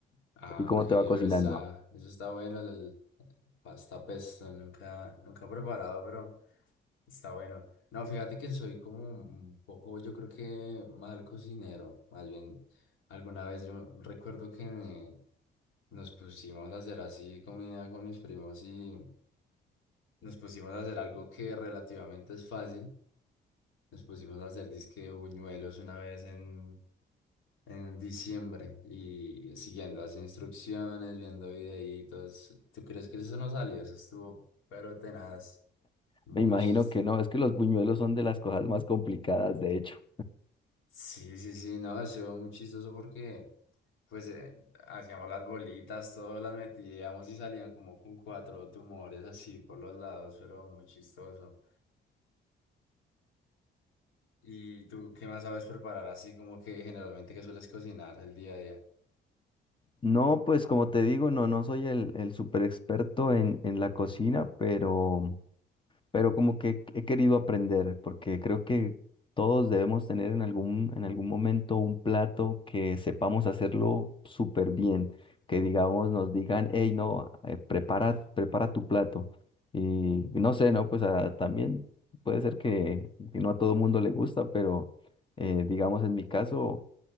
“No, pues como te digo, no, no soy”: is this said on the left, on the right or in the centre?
Left